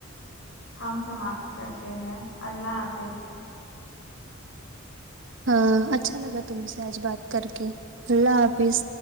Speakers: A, on the left; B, on the right.
A: ہم سماپت کرتے ہیں اللہ حافظ
B: ہاں اچھا لگا تم سے آج بات کر کے اللہ حافظ